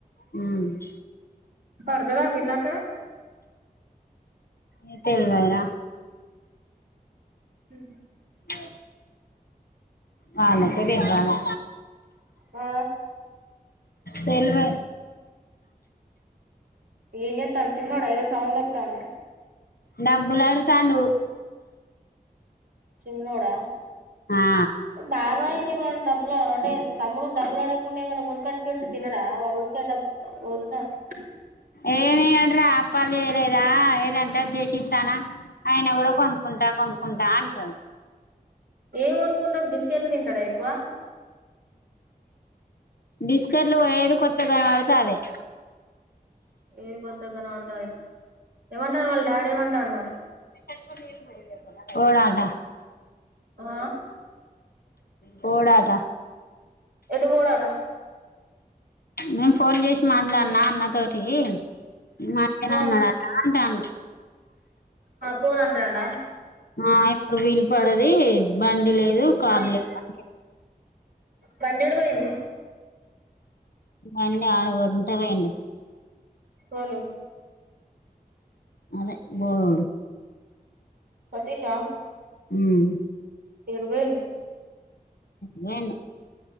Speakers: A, on the left; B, on the right.
A: ఉమ్
B: పడతదా పిల్ల అక్కడ
A: ఏ తెలవదు రా
B: ఉహు
A: ఓ వాళ్ళకే తేల్వలే
B: ఆ
A: తేల్వే
B: ఏం జెత్తలూ చిన్నోడ ఏదో సౌండ్ అత్తంది
A: డబ్బులడుగుతాండు
B: చిన్నోడా
A: ఆ
B: ఊ బా బ్బాయిని వాడు డబ్బులు వ అంటే తమ్ముడు డబ్బులు అడగకుండా ఏమనా కొనక్కచ్చి పెడితే తినడా వాడు ఊకే డబ్బు ఊ తనుక్
A: ఏమీయ్యడు రా అప్పాలు చెయ్యలేదా ఏదంటది చేసిస్తానా ఆయినా కూడా కొనుక్కుంటా కొనుక్కుంటా అంటాడు
B: ఏం కొనుక్కుంటాడు బిస్కెట్లు తింటాడా ఎక్కువ
A: బిస్కెట్లు ఏది కొత్తగా కనపడుతుదే అదే
B: ఏది కొత్తగా కనపడితే అదేనా ఏమంటాడు వాళ్ళ డాడ్ ఏమంటాడు మరి
A: ఏ షెట్టుకు నీళ్ళు బొయ్ వే పోడాట
B: ఆ
A: పోడాట
B: ఎటు పోడట
A: నేను ఫోన్ చేష్ మాట్లాడినా అన్న తోటి <inaudible>
B: ఆ
A: అన్నాడట అంటాండు
B: పోను అంటాండా
A: ఆ ఇప్పుడు వీలు పడది బండి లేదు కార్
B: ఆ
A: లేదు <inaudible>
B: బండి ఏడు పోయింది
A: బండి ఆడ వొంట పోయిండు
B: వాలు
A: అదే బొడుడు
B: సతీషా
A: హుమ్
B: ఏడ పోయిండు
A: వేణు